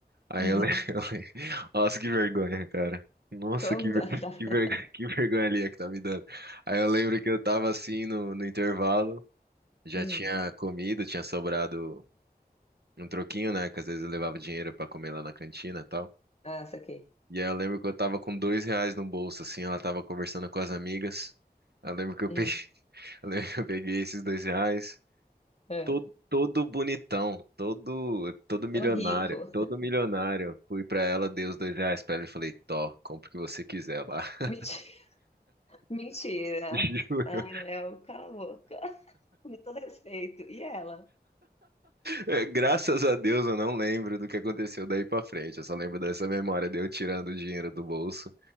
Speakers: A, on the right; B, on the left.
A: Aí
B: uhum.
A: eu lembro, <laughs> eu lembro. Nossa, que vergonha, cara. Nossa,
B: Conta,
A: que, ver-
B: <laughs>
A: que,
B: tá?
A: vergonha, <laughs> que vergonha ali é que tá me dando. Aí eu lembro que eu tava assim no, no intervalo, já
B: Hum.
A: tinha comido, tinha sobrado um troquinho, né? Que às vezes eu levava dinheiro pra comer lá na cantina e tal.
B: Ah, saquei.
A: E aí eu lembro que eu tava com dois reais no bolso, assim, ela tava conversando com as amigas. Eu lembro que eu
B: Hum.
A: peguei, <laughs> eu lembro que eu peguei esses dois reais
B: É.
A: todo, todo bonitão, todo, todo milionário,
B: Tô rico.
A: todo milionário. Fui pra ela, dei os dois reais pra ela e falei, Tó, compra o que você quiser lá. <laughs>
B: Menti- <laughs> Mentira.
A: Juro.
B: Ai, Léo, cala a boca. Com todo respeito. E ela?
A: É, Graças a Deus eu não lembro do que aconteceu daí pra frente. Eu só lembro dessa memória de eu tirando o dinheiro do bolso,